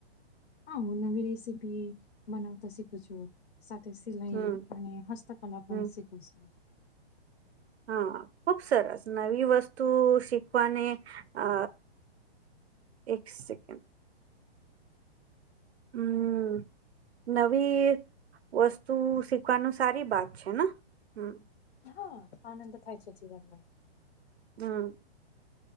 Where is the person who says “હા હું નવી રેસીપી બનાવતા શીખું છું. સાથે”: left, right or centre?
Left